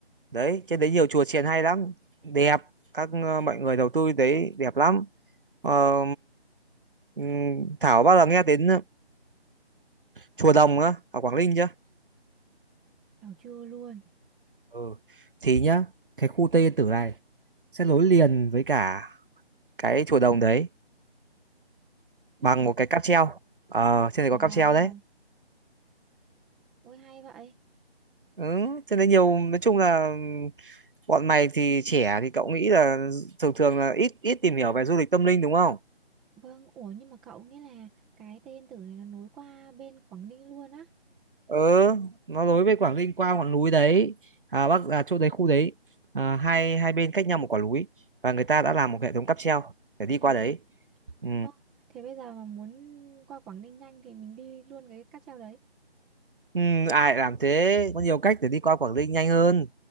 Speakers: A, on the right (about 55°); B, in the centre.
A: đấy trên đấy nhiều chùa chiền hay lắm đẹp các ờ, mọi người đầu tư đấy đẹp lắm Ờ, ừm, Thảo bao giờ nghe đến chùa Đồng á ở Quảng Ninh chưa
B: Cháu chưa luôn.
A: ừ thì nhá cái khu Tây Yên Tử này sẽ nối liền với cả cái chùa Đồng đấy
B: ừ,
A: bằng một cái cáp treo ờ trên này
B: Wow,
A: có cáp treo đấy
B: ôi hay vậy.
A: ừ trên đấy nhiều nói chung là bọn mày thì trẻ thì cậu nghĩ là thường thường là ít ít tìm hiểu về du lịch tâm linh đúng không
B: Vâng, ủa nhưng mà cậu nghĩa là cái Tây Yên Tử này nó nối qua bên Quảng Ninh luôn á.
A: ừ nó nối với Quảng Ninh qua ngọn núi đấy à, bắc à, chỗ đấy khu đấy à, hai hai bên cách nhau một quả núi và người ta đã làm một hệ thống cáp treo để đi
B: ừ.
A: qua đấy ừ.
B: Ơ, thế bây giờ mà muốn qua Quảng Ninh nhanh thì mình đi luôn cái cáp treo đấy.
A: Ừ, ai lại làm thế có nhiều cách để đi qua Quảng Ninh nhanh hơn